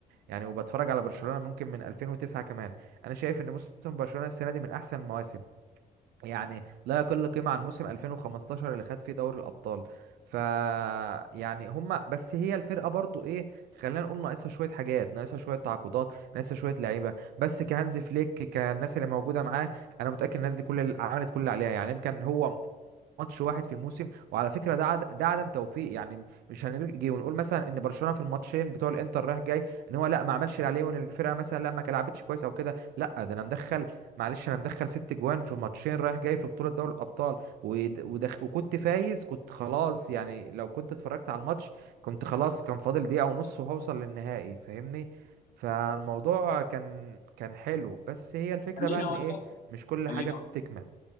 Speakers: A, on the right; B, on the left.
A: يعني وبتفرج على برشلونه ممكن من 2009 كمان انا شايف ان موسم برشلونه السنه دي من احسن المواسم يعني لا يقل قيمه عن موسم 2015 اللي خد فيه دوري الابطال ف يعني هما بس هي الفرقه برضو ايه خلينا نقول ناقصها شويه حاجات ناقصها شويه تعاقدات ناقصها شويه لعيبه بس كهانز فليك كالناس اللي موجوده معاه انا متاكد الناس دي كل اللي عملت كل اللي عليها يعني يمكن هو ماتش واحد في الموسم وعلى فكره ده عد... ده عدم توفيق يعني مش هنيجي ونقول مثلا ان برشلونه في الماتشين بتوع الانتر رايح جاي ان هو لا ما عملش اللي عليه وان الفرقه مثلا لا ما لعبتش كويس او كده لا ده انا مدخل معلش انا مدخل ست جوان في ماتشين رايح جاي في بطوله دوري الابطال ود... ودخ... وكنت فايز كنت خلاص يعني لو كنت اتفرجت على الماتش كنت خلاص كان فاضل دقيقه ونص وهوصل للنهائي فاهمني فالموضوع كان كان حلو بس هي الفكره
B: خليني
A: بقى ان
B: اقول
A: ايه
B: لك
A: مش كل
B: خليني
A: حاجه بتكمل
B: أقول-